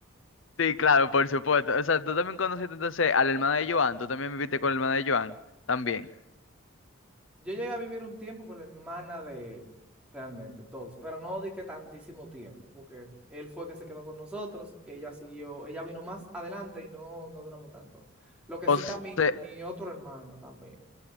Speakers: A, on the left (about 65°); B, in the centre.
A: Sí, claro, por supuesto. O sea, tú también conociste entonces a la hermana de Joan, tú también viviste con la hermana de Joan, también.
B: Yo llegué a vivir un tiempo con la hermana de él, realmente, todos, pero no di que tantísimo tiempo, porque él fue que se quedó con nosotros, ella siguió, ella vino más adelante y no, no duramos tanto. Lo que sí
A: O sea,
B: está mi, mi otro hermano también.